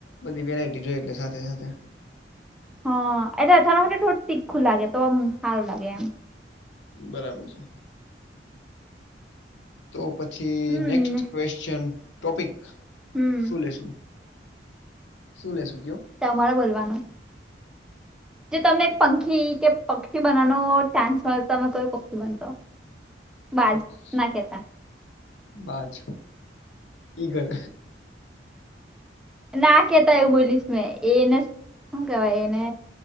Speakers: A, on the left; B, in the centre.
A: બધી વેરાયટી જોઈ એટલે સાથે સાથે.
B: હ એ અથાણું હોયે તીખુ લાગે તો હારુ લાગે એમ.
A: બરાબર છે. તો પછી
B: હમ
A: નેક્સ્ટ ક્વેશચન ટોપિક
B: હમ
A: શું લેશું. શું લેેશુ કયો?
B: તે મારે બોલવાનું. જે તમને એક પંખી કે પક્ષી બનાવાનો ચાન્સ મળે તમે કોઈ પક્ષી બનશો. બાજ
A: પછી.
B: ના કેતા
A: બાજ ઈ ગલ.
B: ના કેતા એયું બોલીશ મેં એને શું કેવાય એને.